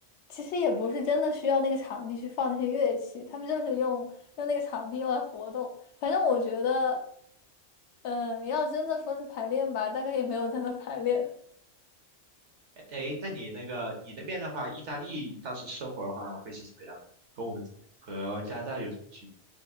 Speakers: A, on the left; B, on the right.
A: 其实也不是真的需要那个场地去放那些乐器，他们就是用用那个场地用来活动。反正我觉得，嗯，要真的说是排练吧，大概也没有在那排练，
B: 哎，诶那你那个你那边的话，意大利当时生活的话会是怎么样的？和我们和加拿大有什么区别？